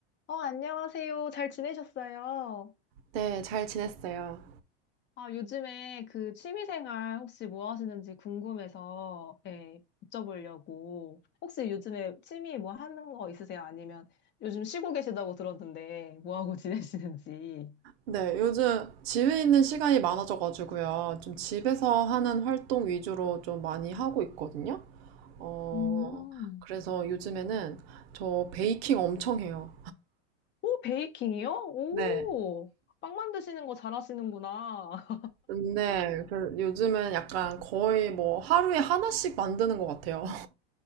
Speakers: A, on the left; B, on the right.
A: 어, 안녕하세요. 잘 지내셨어요?
B: 네, 잘 지냈어요.
A: 아, 요즘에 그 취미생활 혹시 뭐 하시는지 궁금해서, 예, 여쭤보려고. 혹시 요즘에 취미 뭐 하는 거 있으세요? 아니면 요즘 쉬고 계시다고 들었는데, 뭐 하고 <laughs> 지내시는지.
B: 네, 요즘 집에 있는 시간이 많아져가지고요. 좀 집에서 하는 활동 위주로 좀 많이 하고 있거든요. 어,
A: 음.
B: 그래서 요즘에는 저 베이킹 엄청 해요.
A: 오, 베이킹이요? 오,
B: 네.
A: 빵 만드시는 거 잘하시는구나.
B: 근데 그 요즘은 약간 거의 뭐 하루에 하나씩 만드는 것 같아요.